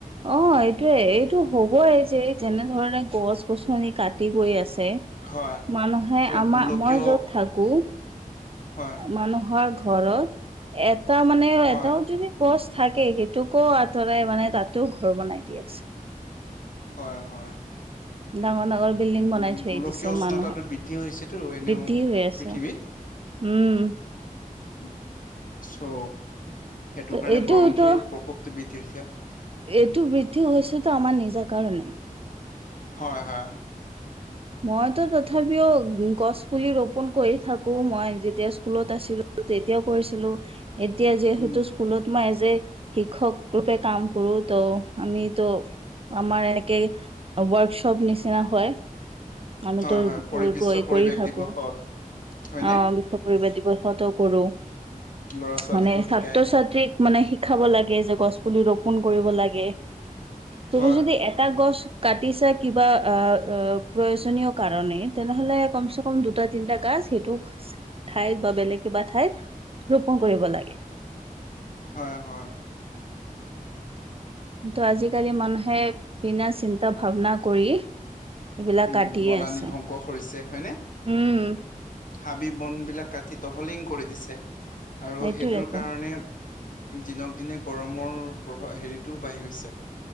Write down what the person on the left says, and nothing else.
হয়,
ত'
গোলকীয়
হয়
হয়,
হয় হয়
উম,
মানে
গোলকীয়
উষ্ণতাটো
বৃদ্ধি হৈছেতো এনেও
পৃথিৱীত।
উ চ' সেইটো
কাৰণে
গৰমটোৰ প্ৰকোপটো বৃদ্ধি হৈছে
হয় হয়
উম,
হয়, হয়, পৰি
বিশ্ব
পৰিৱেশ
দিৱসত
হয়নে?
ল'ৰা ছোৱালীকো
শিকায়
হয়,
হয় হয়
উম
বনানি
ধ্বংস কৰিছে হয়নে।
হাবি বন বিলাক কাটি তহলিং কৰি দিছে আৰু
সেইটোৰ কাৰণে- দিনক দিনে গৰমৰ প্ৰভা হেৰিতো বাঢ়ি গৈছে